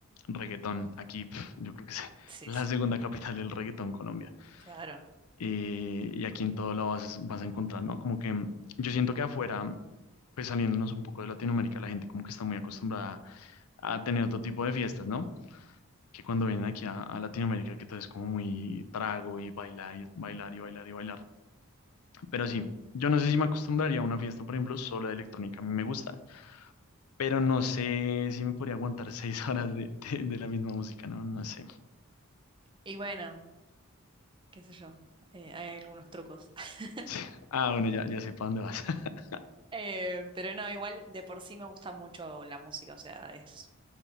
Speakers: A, on the left; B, on the right.
A: Reggaetón, aquí pf, yo creo que es <laughs>
B: Sí,
A: la
B: sí,
A: segunda capital del reggaetón Colombia.
B: claro.
A: Eh, y aquí en todo lado vas, vas a encontrar, ¿no? Como que mm, yo siento que afuera, pues saliéndonos un poco de Latinoamérica, la gente como que está muy acostumbrada a tener otro tipo de fiestas, ¿no? Que cuando vienen aquí a, a Latinoamérica, que todo es como muy trago y bailar, y bailar y bailar y bailar. Pero
B: Mm.
A: sí, yo no sé si me acostumbraría a una fiesta, por ejemplo, solo de electrónica, a mí me gusta, pero no sé si me podría aguantar <laughs> seis horas de, de- de la misma música, ¿no? No sé.
B: Y bueno, qué sé yo, eh, hay algunos trucos. <laughs>
A: <laughs> Ah, bueno, ya, ya sé para dónde vas. <laughs>
B: Eh, pero no, igual de por sí me gusta mucho la música, o sea, es